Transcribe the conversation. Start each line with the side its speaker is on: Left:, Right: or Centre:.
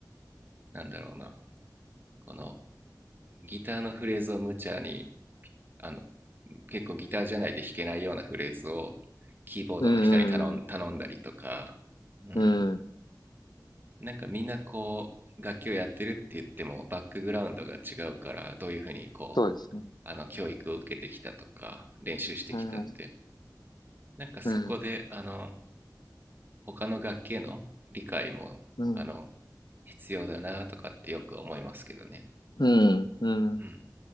Right: なんだろうなこのギターのフレーズを無茶にあの結構ギターじゃないで弾けないようなフレーズをキーボードの人に頼ん頼んだりとか、
Left: うん、うん、
Right: うん、
Left: うん
Right: なんかみんなこう楽器をやってるって言ってもバックグラウンドが違うからどういうふうにこうあの教育を受けてきたとか練習してきたって
Left: そうですね。うん、
Right: なんかそこで、
Left: うん、
Right: あの、他の楽器への理解も、
Left: うん、
Right: あの、必要だなとかってよく思いますけどね。
Left: うん、うん。
Right: うん。